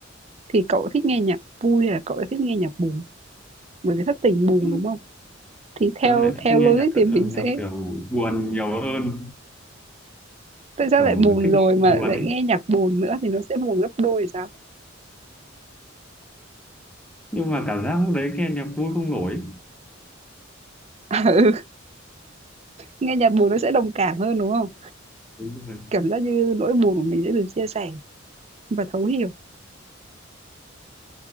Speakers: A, on the right; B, in the centre.
A: thì cậu thích nghe nhạc vui hay là cậu thích nghe nhạc buồn? Bởi vì thất tình buồn
B: <laughs>
A: đúng không? Thì theo
B: tớ lại thích
A: theo
B: nghe
A: logic
B: nhạc, thật-
A: thì mình
B: ừ, nhạc
A: sẽ
B: kiểu buồn nhiều hơn
A: tại sao
B: kiểu
A: lại buồn
B: thích
A: rồi mà
B: buồn
A: lại
B: ấy
A: nghe nhạc buồn nữa thì nó sẽ buồn gấp đôi thì sao?
B: nhưng mà cảm giác lúc đấy nghe nhạc vui không nổi
A: <laughs> Ừ, nghe nhạc buồn nó sẽ đồng cảm hơn đúng không?
B: đúng rồi
A: Cảm giác như nỗi buồn của mình sẽ được chia sẻ và thấu hiểu